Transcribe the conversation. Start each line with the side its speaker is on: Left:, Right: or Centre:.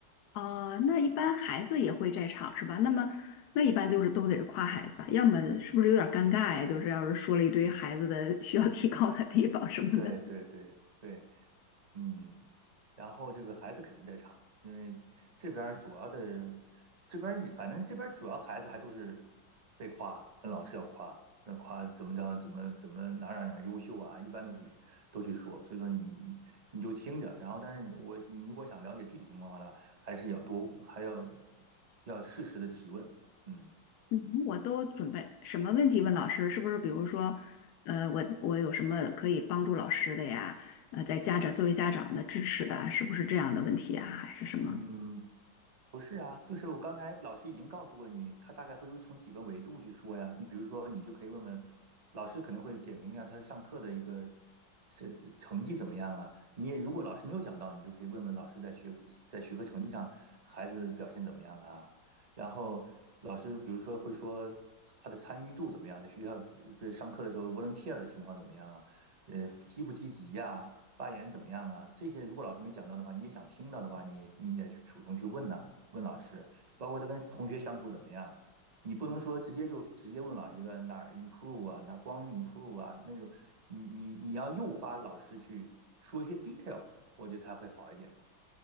Left: 哦，那一般孩子也会在场是吧？那么那一般就是都得是夸孩子吧，要么是不是有点儿尴尬呀？就是要是说了一堆孩子的需要提高的地方什么的。
Right: 对对对对。嗯，然后这个孩子肯定在场，因为这边儿主要的，这边儿你反正这边儿主要孩子还都是被夸，那老师要夸，那夸怎么着，怎么怎么哪儿哪儿哪儿优秀啊，一般都去都去说，所以说你你就听着，然后但是我你如果想了解具体情况的话呢，还是要多还要要适时的提问，嗯
Left: 嗯，我都准备什么问题问老师？是不是比如说，呃，我我有什么可以帮助老师的呀？呃，在家长作为家长的支持的啊是不是这样的问题啊？还是什么？
Right: 嗯，不是啊，就是我刚才老师已经告诉过你，他大概会有从几个维度去说呀。你比如说，你就可以问问老师，可能会点评一下他上课的一个这这成绩怎么样啊。你也如果老师没有讲到，你就可以问问老师在学在学科成绩上孩子表现怎么样啊。然后老师比如说会说他的参与度怎么样，在学校比如上课的时候 volunteer 的情况怎么样啊，呃积不积极呀、发言怎么样啊？这些如果老师没讲到的话，你也想听到的话，你也你得去主动去问呐、问老师，包括他跟同学相处怎么样。你不能说直接就直接问老师一个哪儿 improve 啊，哪光 improve 啊那种，你你你要诱发老师去说一些 detail，我觉得才会好一点。